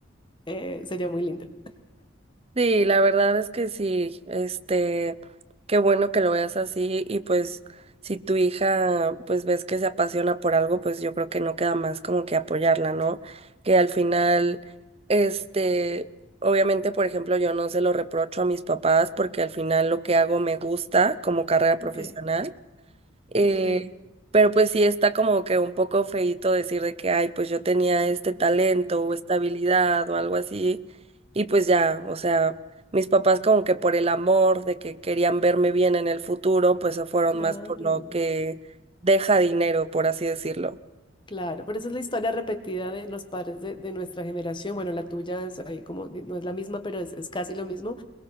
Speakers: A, on the left; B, on the right.
A: Eh, sería muy lindo.
B: Sí, la verdad es que sí, este, qué bueno que lo veas así y pues si tu hija pues ves que se apasiona por algo, pues yo creo que no queda más como que apoyarla, ¿no? Que al final, este, obviamente, por ejemplo, yo no se lo reprocho a mis papás porque al final lo que hago me gusta como carrera profesional.
A: Ok,
B: Eh,
A: ok,
B: pero pues sí está como que un poco feíto decir de que, ay, pues yo tenía este talento o esta habilidad o algo así. Y pues ya, o sea, mis papás como que por el amor de que querían verme bien en el futuro, pues se fueron
A: claro,
B: más por lo que deja dinero, por así decirlo.
A: claro. Pero esa es la historia repetida de los padres de, de nuestra generación. Bueno, la tuya es ahí como, di- no es la misma, pero es, es casi lo mismo.